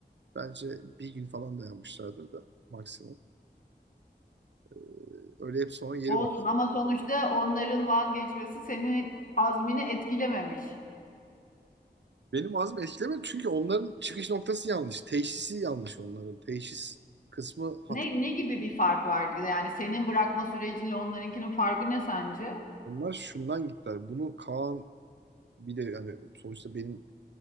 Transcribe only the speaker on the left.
Olsun
ama sonuçta onların vazgeçmesi seni azmini etkilememiş.
Ne, ne gibi bir fark vardı? Yani senin bırakma sürecinle onlarınkinin farkı ne sence?